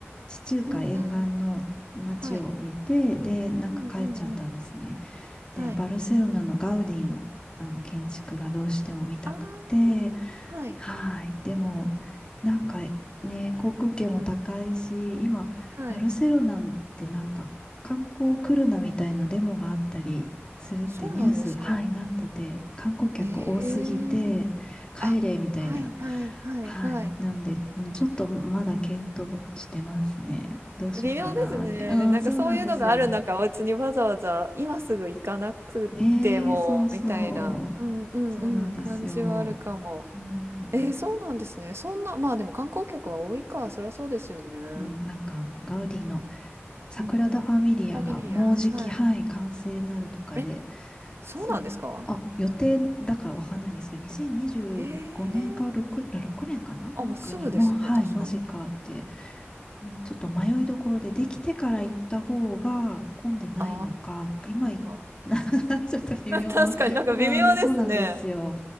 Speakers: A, on the left; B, on the right.
A: 地中海沿岸の街を見て、
B: うんうん。はい。
A: で、なんか帰っちゃったんですね。
B: うんうんうん。はい。
A: で、バルセロナのガウディの、あの建築がどうしても見たくて、
B: ああ、はい、
A: はい。でも、なんかね、航空券も高いし、今、
B: はい。
A: バルセロナってなんか観光来るなみたいなデモがあったりするってニュース、
B: あ、そうなんですか？
A: はい、なってて、観光客多すぎて、
B: へえ。
A: 帰れみたいな。
B: あ、はいはいはいはい。
A: はい。なんで、うんちょっとまだ検討してますね。どうしようかなーって。
B: 微妙ですね。
A: うん、
B: なんかそういうのがある中、
A: そうなんですよ。
B: 別にわざわざ今すぐ行かなくてもみたいな、
A: ねえ、そうそう。
B: うんうんうん、
A: そうなんですよ。
B: 感じはあるかも。
A: うん。
B: えー、そうなんですね。そんな、まあでも観光客は多いか、そりゃそうですよね。う
A: うん、なんかあの、ガウディのサグラダ・
B: んうん。
A: ファミリアがもうじき、
B: ファミリア、はい。
A: はい、完成になるとかで、
B: え、そうなんですか
A: そう、あ、予定だかわかんないんですけど、2025年か6、
B: へえ。
A: 6年かななんかに、
B: あ、もうすぐですね、
A: もう、はい、
B: 確かに。
A: マジかって、うんちょっと迷いどころで、できてから行った方が混んでないのか、
B: あ
A: 今行っ
B: あ。
A: <laughs> ちょっと微妙。
B: <laughs> 確かになんか微妙ですね。
A: うん、そうなんですよ。